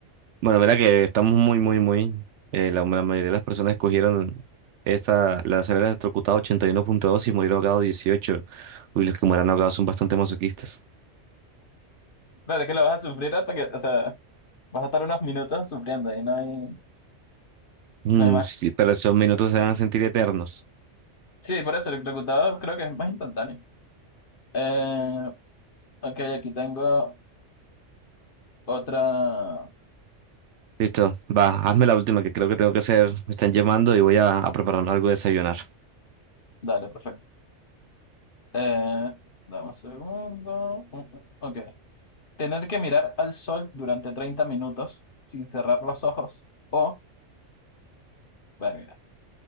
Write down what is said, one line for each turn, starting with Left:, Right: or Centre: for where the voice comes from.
Right: Bueno, mira que estamos muy, muy, muy. eh, la, la mayoría de las personas escogieron esta, la ser electrocutado ochenta y uno punto dos y morir ahogado 18. Uy, los que mueran ahogados son bastante masoquistas.
Left: Claro, es que lo vas a sufrir hasta que, o sea, vas a estar unos minutos sufriendo y no hay...
Right: Mm,
Left: No hay más.
Right: sí, pero esos minutos se van a sentir eternos.
Left: Sí, por eso electrocutado creo que es más instantáneo. Eh, ok, aquí tengo otra.
Right: Listo, va, hazme la última que creo que tengo que hacer. Me están llamando y voy a, a prepararme algo de desayunar.
Left: Dale, perfecto. Eh, dame un segundo. Mm, mm, Ok. Tener que mirar al sol durante 30 minutos sin cerrar los ojos o, verga,